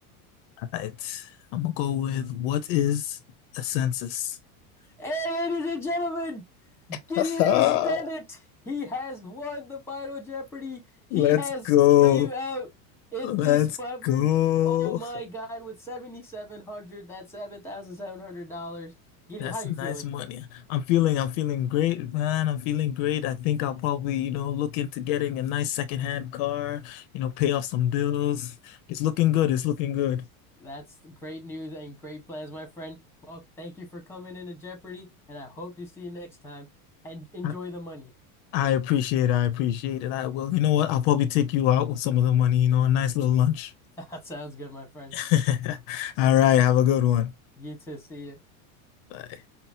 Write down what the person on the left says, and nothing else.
All right. I'm gonna go with what is a census?
<laughs>
Aha,
let's
go.
Let's
go.
That's
nice
money. I'm feeling I'm feeling great, man. I'm feeling great. I think I'll probably, you know, look into getting a nice secondhand car, you know, pay off some bills. It's looking good. It's looking good.
I,
I appreciate it. I appreciate it. I will. You know what? I'll probably take you out with some of the money, you know, a nice little lunch.
<laughs> All right, have a good one.
Bye.